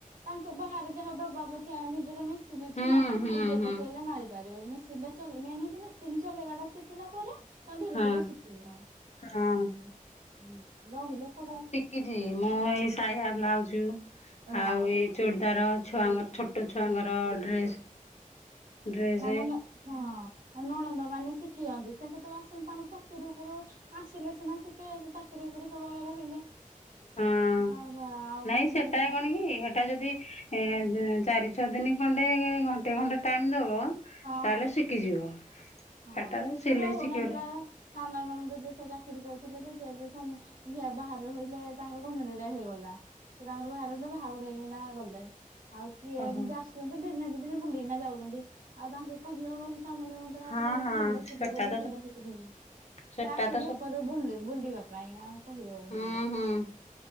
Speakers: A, on the right; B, on the left.
A: ତାଙ୍କୁ ବାହାରେ ଯାହା ଦବା ଅପେକ୍ଷା ନିଜର ମେସିନ୍ ଅଛି
B: ହୁଁ
A: ନା
B: ହୁଁ
A: ନିଜେ
B: ହୁଁ
A: ପକେଇଲେ ମାରିପାରିବ ମେସି ମେନ ହଉଛି ମେସିନ ଚଲେଇବା ଟା ଶିଖିଲା ପରେ ତ ଧୀରେ
B: ହଁ
A: ଧୀରେ <unintelligible>
B: ହଁ
A: ନାହିନେ କଣ?
B: କିଛି ମୁଁ ଏଇ ସାଇଆ ବ୍ଲାଉଜ
A: ହଁ।
B: ଆଉ ଏଇ ଚୁଡଦାର ଛୁଆ ଛୋଟ ଛୁଆଙ୍କର ଡ୍ରେସ ଡ୍ରେସ
A: ମାନ ହଁ ନଣନ୍ଦ ମାନେ ଶିଖିଛନ୍ତି ସେ <unintelligible> ଆସନ୍ତି ତାଙ୍କ ଚାକିରି ଉପରୁ ଆସିଲେ ସିନା ଟିକେ ଚାକିରି ଓପରେ ସବୁବେଳେ ରହିଲେ ଆଉ
B: ହଁ
A: <unintelligible>
B: ନାଇଁ ସେଟା କଣ କି ସେଟା ଯଦି ଏ ଚାରି ଛଅ ଦିନ ଖଣ୍ଡେ ଘଣ୍ଟେ ଘଣ୍ଟେ ଟାଇମ ଦବ
A: ହଁ।
B: ତାହେଲେ ଶିଖିଯିବ।
A: ହଁ
B: ସେଟା ସିଲେଇ
A: ସେ ରହୁନାହାନ୍ତି
B: ଶିଖିବ
A: ବା ଏବେ ସାନ ନଣନ୍ଦ ଯିଏ ସେ ଚାକିରି କରୁଥିଲେ ସେ <unintelligible> ବାହାରେ ରହିକିନା ତାଙ୍କର ଗମେଣ୍ଟ ରେ ହେଇଗଲା। ସେ ତାଙ୍କର ବାହାର ହେଲେ ବାହାଘର ହେଇ ଗଲେ ଆଉ ସିଏ
B: ଓହୋ।
A: ଏମିତି ଆସ ଦିନେ ଦି ଦିନ ବୁଲିକିନା ଯାଉଛନ୍ତି ଆଉ ତାଙ୍କୁ କହିହବ କି କାମ ନିମନ୍ତ୍ର
B: ହଁ
A: ହେ ଆଜି ଏଇ
B: ହଁ
A: ଟା <unintelligible>
B: ସେଟା ତ ସେଟା
A: ସେ ଆସୁଛି
B: ତ
A: ଅକରୁ
B: ସତ
A: ବୁଲି ବୁଲିବା ପାଇଁ ଆଉ କହିିବଉନି
B: ହୁଁ ହୁଁ